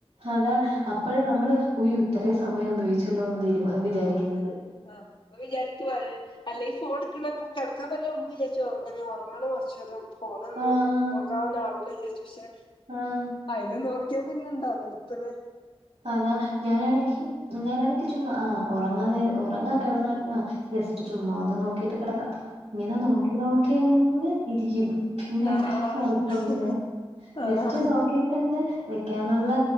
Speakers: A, on the right; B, on the left.
A: അതാ അപ്പഴാ നമ്മള് ഒയ്യോ ഇത്തറേ സമയം ഉപയോഗിച്ചല്ലോന്ന് തീരുമാ വിചാരിക്കുന്നത്
B: ആഹ് അങ്ങനെ ആഹ് അപ്പൊ വിചാരിക്കു വൾ അല്ലേയ് ഫോട്ക്കണ നോക്കി കെട്ക്ക തന്നെ മുമ്പ് വിചാരിച്ചോ ഒറങ്ങണം കൊറച്ചേരം പോണന്ന്
A: ആഹ്
B: നോക്കൻ ആവുലവിചാരിച് ഷേ
A: ആഹ്
B: അയിനൊന്നു ക്ക്യപിന്നെണ്ടാവും നിർത്ത്ണേ
A: അതാ ഞാനാണെങ്കി ഞാനാണെങ്കി ചുമ് ആ ഉറങ്ങാനേര ഉറങ്ങാൻ കിടന്നാൽ ആ ജസ്റ്റ് ചുമ്മാ ഒന്ന് നോക്കിട്ട് കിടക്കാം ഇങ്ങനെ നോക്കി നോക്കിങ്ങ് ഇരിക്കും പിന്നെ
B: ആഹ് ആഹ്
A: ഉറക്കല്ല
B: ആഹ്
A: ജസ്റ്റ് നോക്കി് പെണ് വെക്കാന്നുള്ള
B: ഉം